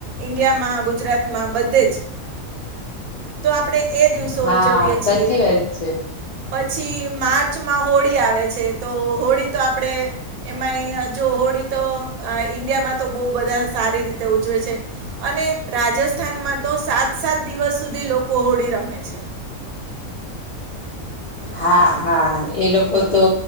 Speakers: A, on the right; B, on the left.
A: ઈન્ડિયામાં ગુજરાતમાં બધે જ તો આપણે એ દિવસો
B: હા
A: ઉજવીએ
B: સાચી
A: છીએ
B: વાત છે
A: પછી માર્ચમાં હોળી આવે છે તો હોળી તો આપણે એમાં જો હોળી તો ઈન્ડિયામાં તો બહુ બધા સારી રીતે ઉજવે છે અને રાજસ્થાનમાં તો સાત સાત દિવસ સુધી લોકો હોળી રમે છે
B: હા હા એ લોકો તો